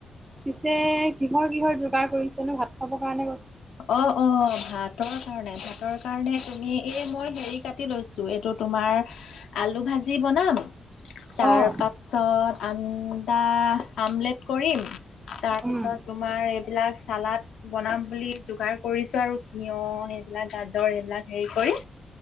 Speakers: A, on the right; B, on the left.
A: পিছে কিহৰ কিহৰ যোগাৰ কৰিছেনো ভাত খাব কাৰণে?
B: অ', অ', ভাতৰ কাৰণে ভাতৰ কাৰণে তুমি এই মই হেৰি কাটি লৈছো এইটো তোমাৰ আলু ভাজি বনাম তাৰ
A: অ',
B: পাছত আনদা আমলেট কৰিম তাৰ
A: উম,
B: পিছত তোমাৰ এইবিলাক চালাদ বনাম বুলি যোগাৰ কৰিছোঁ আৰু য়হ এইবিলাক গাজৰ এইবিলাক হেৰি কৰি।